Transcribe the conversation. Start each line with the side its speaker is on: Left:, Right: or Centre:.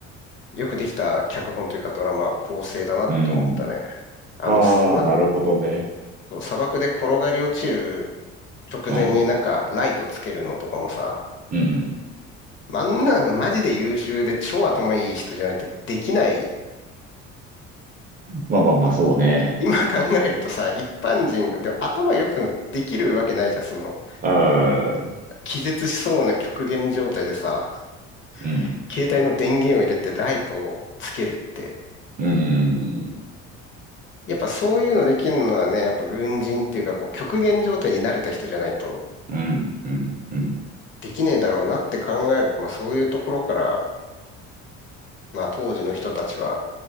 Left: よくできた脚本というかドラマ構成だなと思ったね。
Right: うん。
Left: あの、
Right: ああ、
Left: 砂、
Right: なるほどね。
Left: 砂漠で転がり落ちる直前になんかライトつけるのとかもさ、
Right: うん。うん。
Left: あんなのマジで優秀で超頭いい人じゃないとできない。
Right: まあまあまあ、そうね。
Left: 今考えるとさ、一般人が、でも頭良くてもできるわけないじゃん。その、
Right: ああ、
Left: 気絶しそうな極限状態でさ、
Right: うん。
Left: 携帯の電源を入れてライトをつけるって。
Right: うん。
Left: やっぱそういうのできるのはね、やっぱ軍人っていうか、こう、極限状態に慣れた人じゃないと
Right: うん。うん。う
Left: できねえだろうなって考えると、まあそういうところから、まあ当時の人たちは